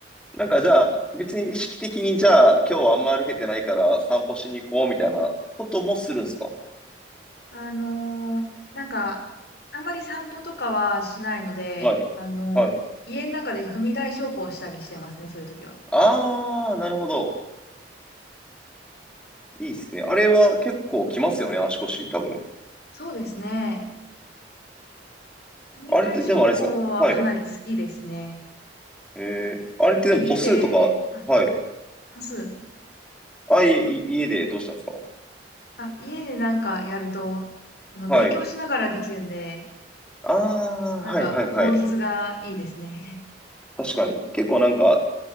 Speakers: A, in the centre; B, on the left.
A: い <laughs> なんかじゃあ、別に意識的にじゃあ、今日はあんま歩けてないから散歩しに行こうみたいなこともするんですか
B: あのーなんか、あんまり散歩とかはしないので、
A: はい。
B: あの、
A: はい。
B: 家の中で踏み台昇降したりしてますね、そういう時は。
A: あー、なるほど。いいっすね。あれは結構きますよね、足腰、多分。
B: そうですね。踏み台昇降はかなり好きですね。
A: あれって、でもあれですかはい。えー、あれってでも歩数とか、
B: あの、家で、あ、
A: はい。
B: 干す。
A: あ、い、い家でどうしたんですか
B: あ、家でなんかやると、あの、
A: はい。
B: 勉強しながらできるんで、
A: あー、
B: なんか効率がいいですね。
A: はいはいはい。確かに。結構なんか、